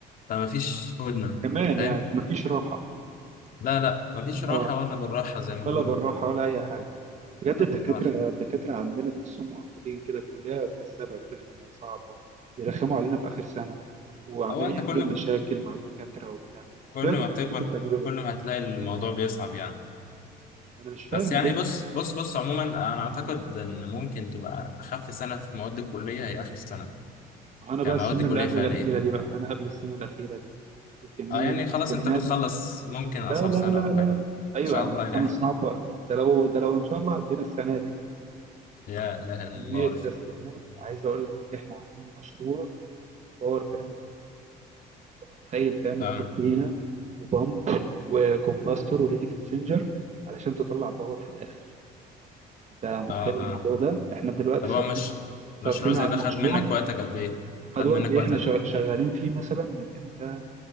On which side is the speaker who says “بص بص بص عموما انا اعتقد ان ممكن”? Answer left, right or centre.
Left